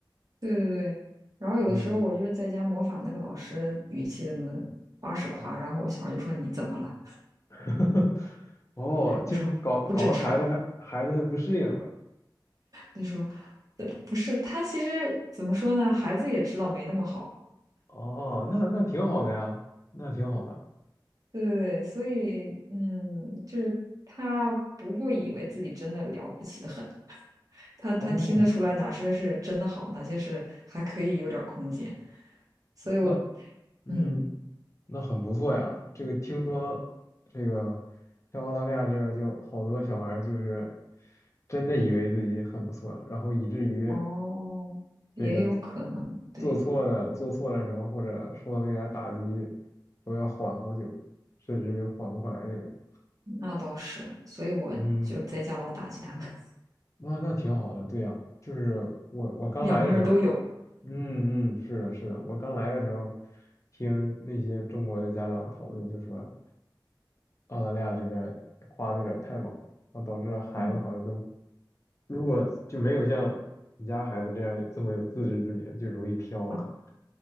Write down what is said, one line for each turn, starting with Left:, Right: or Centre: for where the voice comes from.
Right: 对对对，然后有的时候我就是在家模仿那个老师语气的那夸是夸，
Left: 嗯。
Right: 然后我小孩就说你怎么了？
Left: <laughs> 哦，这搞搞得孩子还孩子还不适应了。
Right: 就说不正常，就说呃不是他其实怎么说呢？孩子也知道没那么好，
Left: 哦，那那挺好的呀，那挺好的。
Right: 对对对，所以嗯，就是他不会以为自己真的了不起的很，他他听得出来哪些是真的好，
Left: 哦，
Right: 哪些是还可以有点儿空间，所以我
Left: 那嗯，
Right: 嗯
Left: 那很不错呀。这个听说这个像澳大利亚这边儿就好多小孩儿就是真的以为自己很不错了，然后以至于
Right: 哦也有可能对。
Left: 这个做错了做错了什么，或者受到一点儿打击，都要缓好久，甚至就缓不过来那种。
Right: 那倒是，所以我就在家老打击他们，
Left: 嗯。那那挺好的，对呀、就是我我刚来的时候，
Right: <laughs> 两面儿都有。
Left: 嗯嗯，是的，是的，我刚来的时候，听那些中国的家长讨论，就说澳大利亚这边夸的有点太猛，然后导致孩子好像都，
Right: 嗯，
Left: 如果就没有像你家孩子这样这么有自知之明，就容易飘了。
Right: 啊，